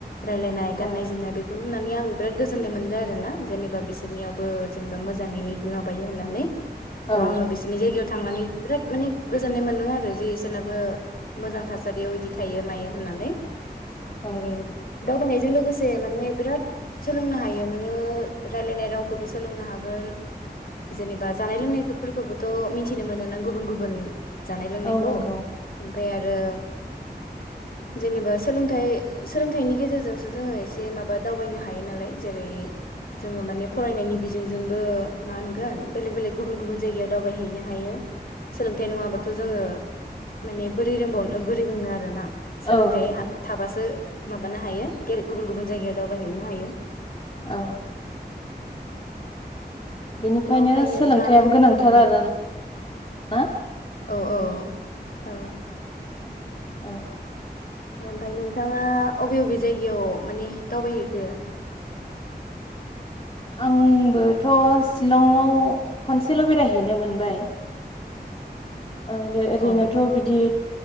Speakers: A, on the left; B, on the left.
A: रायलायनाय
B: औ
A: गाननाय जोमनाय बेफ रुनानै आं बिराद गोजोन्नाय मोनदों आरो ना जेनेबा बिसोरनियावबो जेनेबा मोजाङैनो बिमा बायो होननानै
B: औ
A: दा आङो बिसोरनि जायगायाव थांनानै बिराद माने गोजोननाय मोनदों आरो जे इसोरनाबो मोजां थासारियाव इदि थायो मायो होननानै
B: औ
A: <unintelligible> दावबायनायजों लोगोसे माने बिराद सोलोंनो हायो नोङो रायलायनाय रावखौबो सोलोंनो हागोन जेनेबा जानाय लोंनायखोफोरखौबोथ मिथिनो मोनो ना गुबुन गुबुन जानाय लोंनायखौ
B: औ नंगौ
A: ओमफाय आरो जेनेबा सोलोंथाइ सोलोंथाइनि गेजेरजोंसो जोङो एसे माबा दावबायनो हायो नालाय जेरै जोङो माने फरायनायनि बिजोंजोंबो मा होनगोन बेलेग बेलेग गुबुन गुबुन जायगायाव दावबायहैनो हायो सोलोंथाइ नङाबाथ जोङो माने बोरै रोंबावनो बोरै रोंनो आरो ना सोलोंथाइ
B: औ नंगौ
A: थाबासो माबानो हायो गेर‌ गुबुन गुबुन जायगायाव दावबायहैनो हायो
B: औ बेनिखायनो
A: थ' ओमफ्राय
B: सोलोंथाइयाबो
A: नोंथां
B: गोनांथार
A: उम
B: आरो <unintelligible> ना
A: औ औ औ
B: औ
A: ओमफ्राय नोंथाङा अबे अबे जायगायाव माने दावबायहैखो
B: आंबोथ सिलंआव खनसेल बेरायहैनो मोनबाय ओह ओरैनोथ
A: अ
B: बिदि